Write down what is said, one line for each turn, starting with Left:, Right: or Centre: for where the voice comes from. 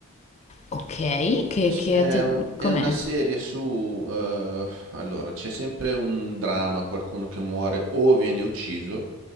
Left: Ok, che,
Right: S-
Left: che
Right: È,
Left: a te-
Right: un- è
Left: com'è?
Right: una serie su... eh, allora, c'è sempre un dramma, qualcuno che muore o viene ucciso,